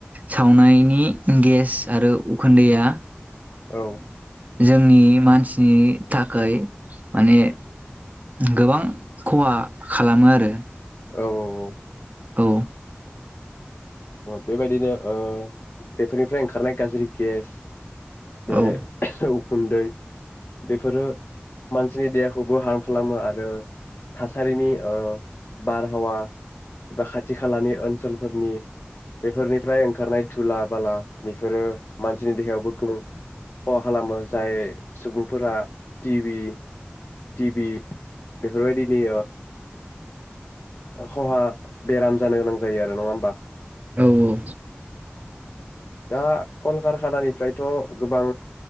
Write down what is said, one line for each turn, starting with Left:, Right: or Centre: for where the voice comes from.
Right: सावनायनि गेस आरो उखुन्दैआ
Left: औ
Right: जोंनि मानसिनि थाखाय माने गोबां खहा खालामो आरो
Left: औ औ औ
Right: औ
Left: बेबायदिनो ओ बेफोरनिफ्राय ओंखारनाय गाज्रि गेस से
Right: औ
Left: औ उखुन्दै बेफोरो मानसिनि देहाखौबो हार्म खालामो आरो थासारिनि बारहावा बा खाथि खालानि ओनसोलफोरनि बेफोरनिफ्राय ओंखारनाय धुला बाला बेफोरो मानसिनि देहायावबोखां खहा खालामो जाय सुबुंफोरा टिभि टिभि बेफोरबायदिनि खहा बेराम जानो गोनां जायो आरो नङा होमबा
Right: औ औ
Left: दा कलकारखानानिफ्रायथ' गोबां